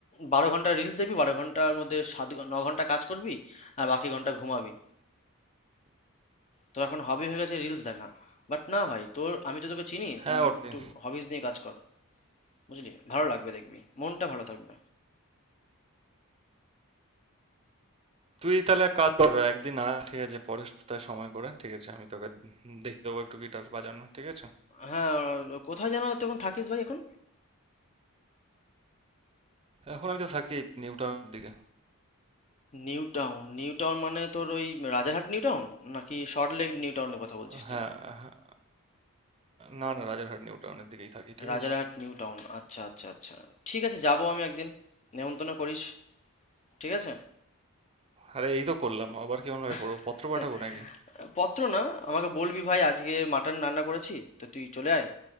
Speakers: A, on the left (about 30°); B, on the right (about 25°).
A: বারো ঘন্টা রিলস দেখবি বারো ঘন্টার মধ্যে সাত ঘ- ন ঘন্টা কাজ করবি আর বাকি ঘন্টা ঘুমাবি তোর এখন হবি হয়ে গেছে রিলস দেখা বাট না ভাই তোর আমি তো তোকে চিনি
B: হ্যাঁ
A: তুই
B: ওটাই
A: একটু হবিস নিয়ে কাজ কর বুঝলি ভালো লাগবে দেখবি মনটা ভালো থাকবে
B: তুই তাহলে এক কাজ কর একদিন আয় ঠিক আছে পরের সপ্তাহে সময় করে ঠিক আছে আমি তোকে দেখে দেবো একটু গিটার বাজানো ঠিক আছে
A: হ্যাঁ কোথায় যেন তুই এখন থাকিস ভাই এখন
B: এখন আমি তো থাকি নিউ টাউনের দিকে
A: নিউ টাউন নিউ টাউন মানে তোর ওই রাজারহাট নিউ টাউন নাকি সল্ট লেক নিউ টাউনের কথা বলছিস
B: হ্যাঁ
A: তুই
B: হ্যাঁ। না না রাজারহাট নিউ টাউনের দিকেই থাকি ঠিক
A: রাজারহাট
B: আছে
A: নিউ টাউন আচ্ছা আচ্ছা আচ্ছা ঠিক আছে যাবো আমি একদিন নেমন্তন্ন করিস ঠিক আছে
B: আরে এই তো করলাম আবার কি অন্যভাবে
A: <laughs>
B: করবো পত্র পাঠাবো নাকি
A: পত্র না আমাকে বলবি ভাই আজকে মাটন রান্না করেছি তো তুই চলে আয়